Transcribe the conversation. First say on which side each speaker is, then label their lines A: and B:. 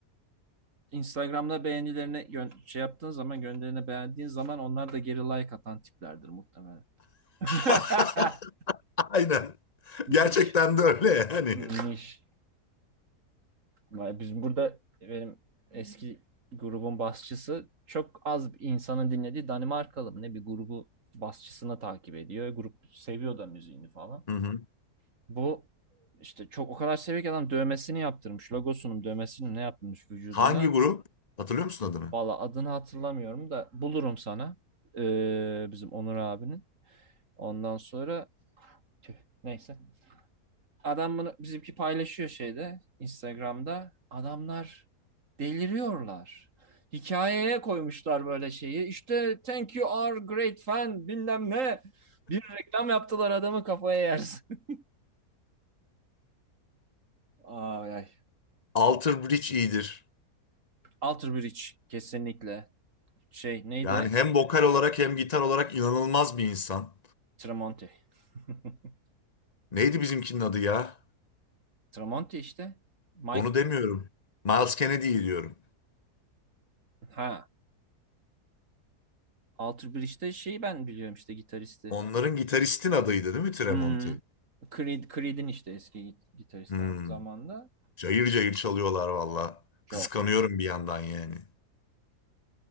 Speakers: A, on the right (about 50°); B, on the left (about 35°).
A: Instagram'da beğenilerini gö- şey yaptığın zaman gönderine beğendiğin zaman onlar da geri like atan tiplerdir muhtemelen. <laughs>
B: <laughs> Aynen.
A: Niş.
B: Gerçekten de öyle yani.
A: Niş. Vay, Biz burada benim eski grubun basçısı çok az insanın dinlediği Danimarkalı mı ne bir grubu basçısını takip ediyor. Grup seviyor da müziğini falan.
B: Hı hı.
A: Bu işte çok o kadar seviyor ki adam dövmesini yaptırmış. Logosunun dövmesini ne yaptırmış vücuduna.
B: Hangi grup? Hatırlıyor musun adını?
A: Valla adını hatırlamıyorum da bulurum sana. Ee, bizim Onur abinin. Ondan sonra tüh, neyse. Adam bunu bizimki paylaşıyor şeyde Instagram'da. Adamlar deliriyorlar. Hikayeye koymuşlar böyle şeyi. İşte thank you our great fan bilmem ne. Bir reklam yaptılar adamı kafaya yersin. <laughs> Ay ay.
B: Alter Bridge iyidir.
A: Alter Bridge kesinlikle. Şey neydi?
B: Yani hem vokal olarak hem gitar olarak inanılmaz bir insan.
A: Tramonte. <laughs>
B: Neydi bizimkinin adı ya?
A: Tramonte işte. Mike
B: Onu demiyorum. Miles Kennedy'yi diyorum.
A: ha. Alter Bridge'de şeyi ben biliyorum işte gitaristi.
B: Onların gitaristin adıydı değil mi Tremonti?
A: Hmm. Creed, Creed'in işte eski git- gitaristi
B: Hmm.
A: aynı zamanda.
B: Cayır cayır çalıyorlar valla.
A: Çok.
B: Kıskanıyorum bir yandan yani.